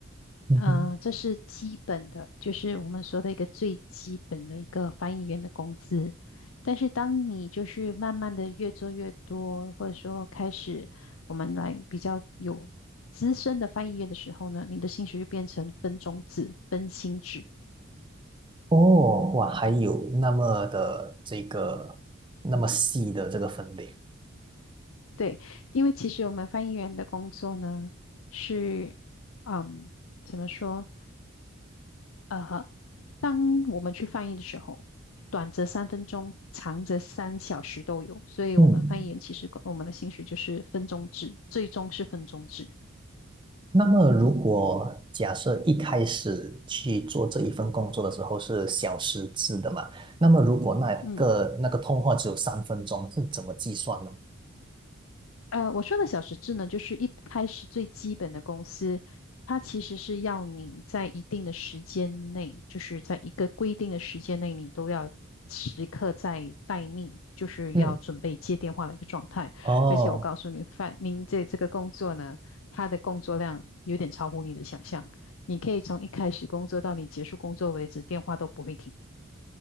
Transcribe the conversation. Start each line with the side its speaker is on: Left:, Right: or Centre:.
Right: 嗯哼，
Left: 呃，这是基本的，就是我们说的一个最基本的一个翻译员的工资。但是当你就是慢慢的越做越多，或者说开始我们来比较有资深的翻译员的时候呢，你的薪水就变成分钟制、分薪制。
Right: 哦，哇，还有那么的这个那么细的这个分类。
Left: 对，因为其实我们翻译员的工作呢，是，嗯，怎么说？呃，当我们去翻译的时候，短则三分钟，长则三小时都有。所以，
Right: 嗯。
Left: 我们翻译员其实我们的薪水就是分钟制，最终是分钟制。
Right: 那么，如果假设一开始去做这一份工作的时候是小时制的嘛，那么如果那个那个通话只有三分钟，
Left: 嗯。
Right: 是怎么计算呢？
Left: 呃，我说的小时制呢，就是一开始最基本的公司，它其实是要你在一定的时间内，就是在一个规定的时间内，你都要时刻在待命，就是要准备接电话的一个状态。
Right: 嗯，哦，
Left: 而且我告诉你，范，您这这个工作呢，它的工作量有点超乎你的想象，你可以从一开始工作到你结束工作为止，电话都不会停。